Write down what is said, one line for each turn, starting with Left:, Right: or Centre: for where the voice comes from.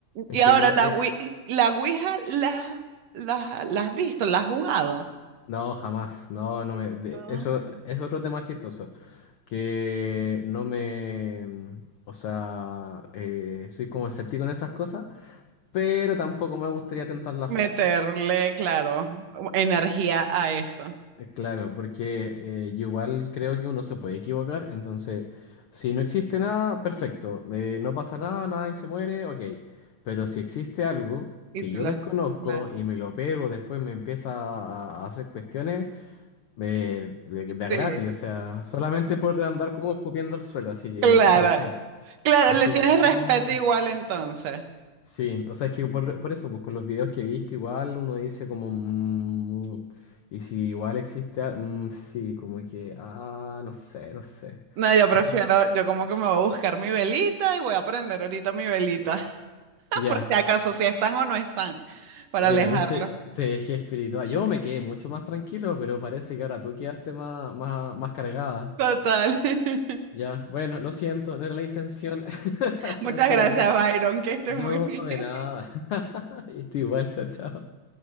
Left: Es
Right: Y
Left: que
Right: ahora,
Left: lo...
Right: la,
Left: eh,
Right: Ouí- la Ouija, ¿la, la, la has visto? ¿La has jugado?
Left: no, jamás. No, no me... de-
Right: No.
Left: eso es otro tema chistoso. Que no me... O sea, eh, soy como escéptico en esas cosas, pero tampoco me gustaría tentar la
Right: meterle,
Left: suerte.
Right: claro, energía a eso.
Left: Eh, Claro, porque eh, yo igual creo que uno se puede equivocar, entonces si no existe nada, perfecto, eh, no pasa nada, nadie se muere, ok, pero si existe algo
Right: Y
Left: que
Right: tú
Left: yo
Right: lo,
Left: desconozco
Right: claro,
Left: y me lo pego, después me empieza a, a hacer cuestiones eh, de, de a
Right: sí,
Left: gratis, o sea, solamente por andar como escupiendo al suelo, así que,
Right: claro,
Left: o sea, al cielo,
Right: claro,
Left: así
Right: le tienes
Left: que no.
Right: respeto igual entonces.
Left: Sí, o sea, es que por, lo- por eso, pues con los videos que he visto, igual uno dice como, "Mm, y si igual existe, a- mm, sí, como que, ah, no sé, no sé.
Right: No, yo prefiero,
Left: Así,
Right: yo como que me voy a buscar mi velita y voy a prender ahorita mi velita, <laughs>
Left: ya,
Right: por si acaso, si están o no están, para
Left: mira,
Right: alejarlos.
Left: viste, te dejé espiritual. Yo me quedé mucho más tranquilo, pero parece que ahora tú quedaste más, más, más cargada.
Right: Total. <laughs>
Left: Ya, bueno, lo siento, no era la intención, <laughs>
Right: Muchas
Left: pero
Right: gracias,
Left: gracias.
Right: Byron, que estés
Left: No,
Right: muy bien.
Left: de nada. <laughs> Estoy igual, chao, chao.